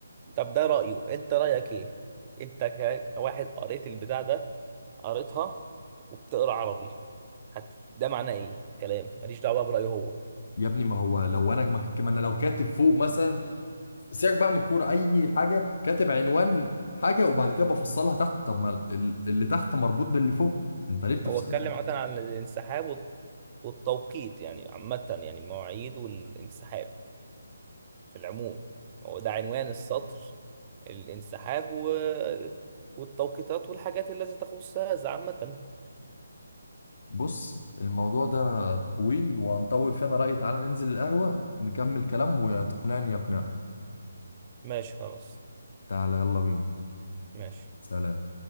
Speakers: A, on the right; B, on the left.
A: طب ده رأيه انت رأيك ايه انت ك- كواحد قريت البتاع ده قريتها وبتقرا عربي هت... ده معناه ايه كلام ماليش دعوة بقى برأيه هو
B: يا ابني ما هو لو انا ما ما انا لو كاتب فوق مثلا سيبك بقى من الكوره اي حاجه كاتب عنوان حاجه وبعد كده بفصلها تحت طب ما ال- اللي تحت مربوط باللي فوق انت ليه بتفصله
A: هو اتكلم عامة عن الانسحاب والت- والتوقيت يعني عامة يعني مواعيد والانسحاب في العموم هو ده عنوان السطر الانسحاب و... والتوقيتات والحاجات التي تخص هذا عامة
B: بص الموضوع ده طويل وهنطول فيه انا رأيي تعالى ننزل القهوة نكمل كلام وتقنعني يقنعك
A: ماشي خلاص
B: تعالى يلا بينا
A: ماشي
B: سلام